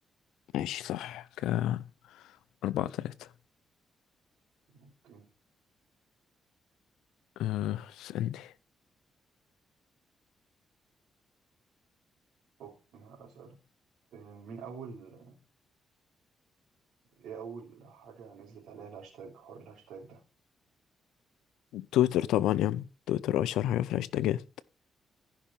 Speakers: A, on the left; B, on the right.
A: ماشي صح كأربعة تلاتة
B: اوكي
A: أه اسألني
B: أوك- آه، أسألك مين أول إيه أول حاجة نزلت عليها الهاشتاج حوار الهاشتاج ده
A: تويتر طبعا يا عم تويتر أشهر حاجة في الهاشتاجات